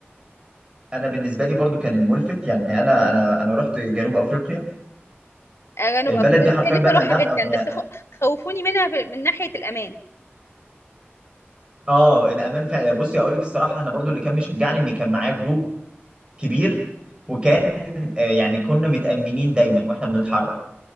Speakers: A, on the right; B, on the left.
A: انا بالنسبه لي برضو كان الملفت يعني انا انا انا رحت جنوب افريقيا
B: انا
A: البلد
B: ببقى فاكرة-
A: دي حرفيا
B: كان نفسي
A: بقى
B: اروحها
A: مع انها
B: جدا
A: في أفني-
B: بس خ- خوفوني منها في- من ناحيه الامان
A: اه الامان فعلا بصي اقول لك الصراحه انا برضو اللي كان مشجعني ان كان معايا جروب كبير وكان آه، يعني كنا متامنين دايما واحنا بنتحرك